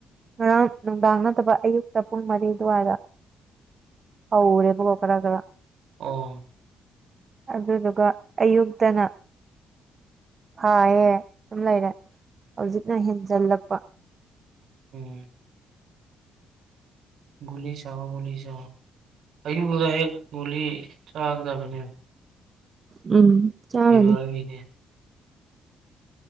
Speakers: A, on the right; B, on the right.
A: ꯉꯔꯥꯡ ꯅꯨꯡꯗꯥꯡ ꯅꯠꯇꯕ ꯑꯌꯨꯛꯇ ꯄꯨꯡ ꯃꯔꯤ ꯑꯗꯨꯋꯥꯏꯗ ꯑꯔꯦ ꯄ ꯀꯄꯔꯒ꯭ꯔ
B: ꯑꯣ
A: ꯑꯗꯨꯗꯨꯒ ꯑꯌꯨꯛꯇꯅ ꯐꯥꯏꯌꯦ ꯑꯗꯨꯝ ꯂꯩꯔꯦ ꯍꯧꯖꯤꯛꯅ ꯍꯦꯟꯖꯤꯜꯂꯛꯄ
B: ꯎꯝ ꯒꯨꯂꯤ ꯁꯥꯑꯣ ꯒꯨꯂꯤ ꯁꯥꯥꯛꯑꯣ ꯑꯌꯨꯕꯗ ꯍꯦꯛ ꯒꯨꯂꯤ ꯆꯥꯒꯗꯕꯅꯦ
A: ꯎꯝ ꯆꯥꯔꯅꯤ
B: ꯏꯕꯒꯤꯅꯦ